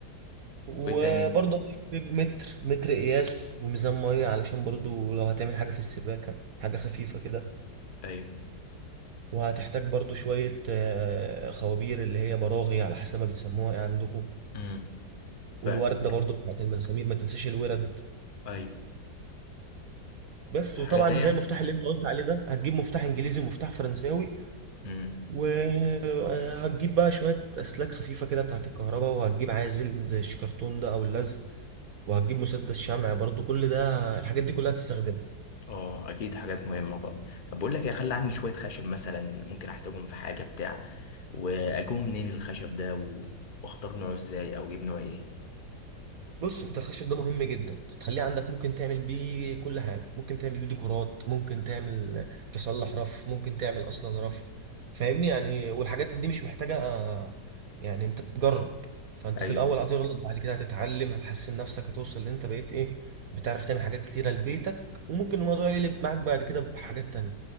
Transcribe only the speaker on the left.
وايه تاني
ايوه
امم
فاهمك
ايوه
حاجه
تانية
امم
اه اكيد حاجات مهمه طبعا طب بقول لك يا خلي عندي شويه خشب مثلا ممكن احتاجهم في حاجه بتاع واجيبه منين الخشب ده و... واختار نوعه ازاي او اجيب نوع ايه
ايوه